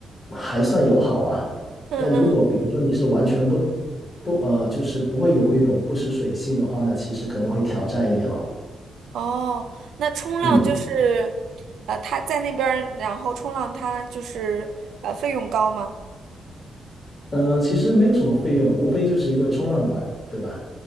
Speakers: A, on the left; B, on the right.
A: 还算友好吧。
B: 嗯嗯，
A: 但如果比如说你是完全不不呃就是不会游泳、不识水性的话，那其实可能会挑战一点咯。
B: 哦，那冲浪就是，
A: 嗯
B: 呃，他在那边儿，然后冲浪他就是呃费用高吗？
A: 呃，其实没有什么费用，无非就是一个冲浪板，对吧？